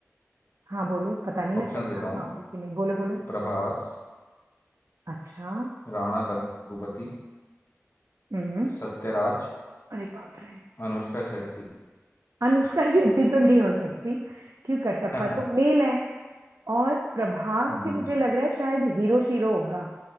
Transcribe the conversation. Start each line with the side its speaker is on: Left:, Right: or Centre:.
Right: हाँ बोलो पता नहीं मैं
Left: ऑप्शंस
Right: पहचान
Left: देता हूँ
Right: पाऊंगी कि नहीं बोलो बोलो
Left: प्रभास
Right: अच्छा
Left: राणा दग्गुबाती
Right: हम्म
Left: सत्यराज
Right: अरे बाप रे
Left: अनुष्का शेट्टी
Right: अनुष्का <laughs> शेट्टी तो नहीं हो सकती क्यों कटप्पा
Left: <laughs>
Right: तो मेल है और प्रभास
Left: जी
Right: भी मुझे
Left: जी
Right: लग
Left: जी
Right: रहा है शायद हीरो शीरो होगा